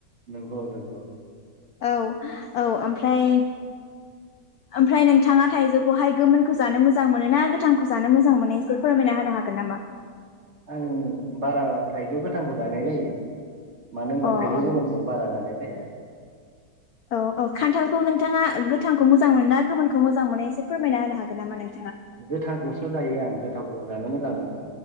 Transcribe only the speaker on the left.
औ औ ओमफ्राय ओमफ्राय नोंथाङा थाइजौखौहाय गोमोनखौ जानो मोजां मोनो ना गोथांखौ जानो मोजां मोनो एसे फोरमायना होनो हागोन नामा।
अ
अ
औ औ खान्थालखौ नोंथाङा गोथांखौ मोजां मोन ना गोमोनखौ मोजां मोननाय एसे फोरमायना होनो हागोन नामा नों